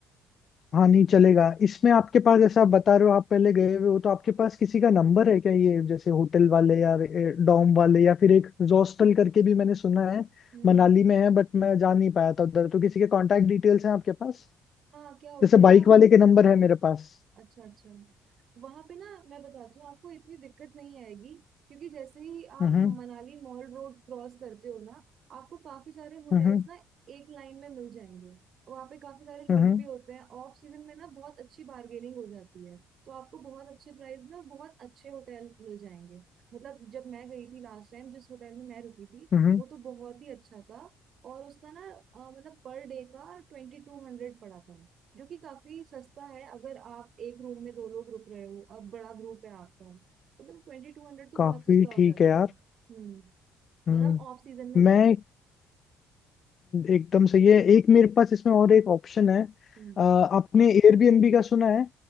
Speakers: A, on the left; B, on the right.
A: हाँ नहीं चलेगा इसमें आपके पास जैसे आप बता रहे हो आप पहले गए हुए हो तो आपके पास किसी का नंबर है क्या ये जैसे होटल वाले या डॉम वाले या फिर एक हॉस्टल करके भी मैंने सुना है
B: हम्म
A: मनाली
B: हम्म।
A: में है बट मैं जा नहीं पाया था उधर तो किसी के कांटेक्ट डिटेल्स हैं आपके पास
B: हाँ क्या होता
A: जैसे
B: है
A: बाइक
B: ना
A: वाले के नंबर
B: हम्म
A: है मेरे पास
B: अच्छा अच्छा वहां पे ना मैं बताती हूँ आपको इतनी दिक्कत नहीं आएगी क्योंकि जैसे ही आप
A: हम्म
B: मनाली मॉल रोड क्रॉस करते हो ना आपको काफी सारे होटल्स
A: हम्म हम्म
B: ना एक लाइन में मिल जाएंगे वहां पे काफी सारे लोग
A: हम्म
B: भी होते हैं ऑफ सीजन में ना बहुत अच्छी बार्गेनिंग हो जाती है तो आपको बहुत अच्छे प्राइस में और बहुत अच्छे होटल मिल जाएंगे मतलब जब मैं गई थी लास्ट टाइम जिस होटल में मैं रुकी थी
A: हम्म
B: वो तो बहुत ही अच्छा था और उसका ना अ, मतलब पर डे का ट्वेंटी टू हंड्रेड पड़ा था जो कि काफी सस्ता है अगर आप एक रूम में दो लोग रुक रहे हो और बड़ा ग्रुप है आपका तो मतलब ट्वेंटी टू हंड्रेड तो
A: काफी
B: बहुत सस्ता हो
A: ठीक
B: जाता
A: है यार
B: है हम्म
A: हम्म
B: और हम ऑफ सीजन में गए
A: मैं
B: थे
A: एकदम सही है एक मेरे पास इसमें और एक ऑप्शन है
B: हम्म
A: अ, आपने एयरबीएनबी का सुना है